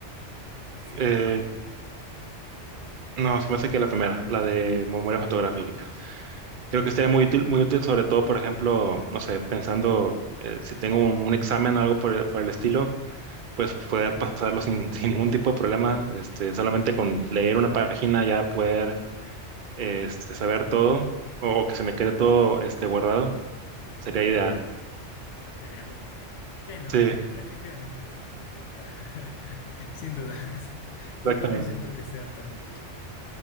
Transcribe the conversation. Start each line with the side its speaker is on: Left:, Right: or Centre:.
Left: sin
Right: Eh,
Left: peros.
Right: No, se me hace que la primera, la de memoria fotográfica. Creo que sería muy útil, muy útil, sobre todo, por ejemplo, no sé, pensando eh, si tengo un, un examen o algo por, el por el estilo, pues poder pasarlo sin, <laughs> sin ningún tipo de problema, este, solamente con leer una página ya poder este, saber todo o, o que se me quede todo este, guardado, sería ideal.
Left: Sí, no, sería lo mejor. Sí, no,
Right: Sí,
Left: de- definitivamente es la mejor opción, o sea, <laughs> sin dudas. Lo
Right: exactamente.
Left: otro no siento que sea tan útil.